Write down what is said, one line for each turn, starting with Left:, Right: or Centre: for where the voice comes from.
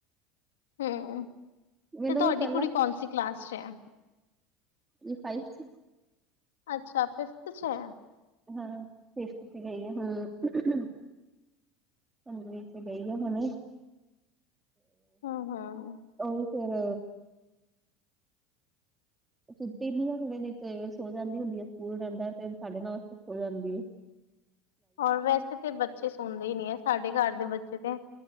Left: ਹੂੰ ਤੇ
Right: ਮੈਨੂੰ
Left: ਤੁਹਾਡੀ
Right: ਵੀ ਪਹਿਲਾਂ
Left: ਕੁੜੀ ਕੌਣ ਸੀ ਕਲਾਸ 'ਚ ਐ?
Right: ਇਹ ਫਾਈਵਸੀ
Left: ਅੱਛਾ, ਫਿਫਥ ਚੇ,
Right: ਹਾਂ <unintelligible> ਤੇ ਗਈ ਐ ਹਮ। ਕਮਰੇ ਚ ਗਈ ਆ ਹੁਣੇ।
Left: ਹੂੰ, ਹਾਂ।
Right: ਓਹੀ ਫੇਰ, ਸੁੱਤੀ ਨੀ ਹਲੇ, ਨ‌ਈ ਤੇ ਸੋ ਜਾਂਦੀ ਹੁੰਦੀ ਏ। ਸਕੂਲ ਰਹਦਾ ਤੇ ਸਾਢੇ ਨੌ, ਸੋ ਜਾਂਦੀਏ।
Left: <inaudible> ਔਰ ਵੈਸੇ ਤੇ ਬੱਚੇ ਸੁਣਦੇ ਈ ਨ‌ਈਂ ਐ, ਸਾਡੇ ਘਰ ਦੇ ਬੱਚੇ ਤੇ